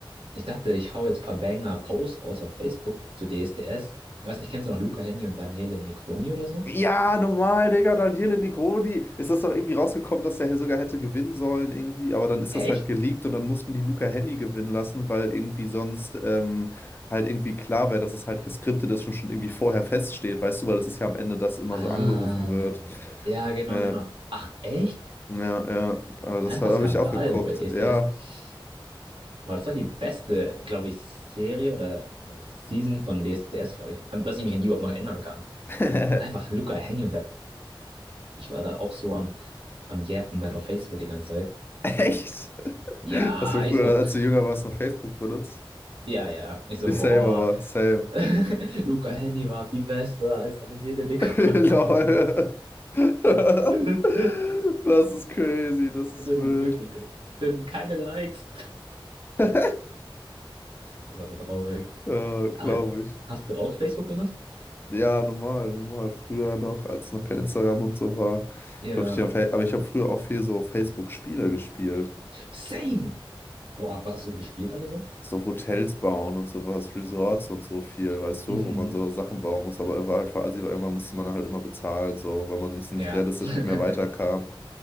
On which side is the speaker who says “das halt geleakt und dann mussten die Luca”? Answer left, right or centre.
Left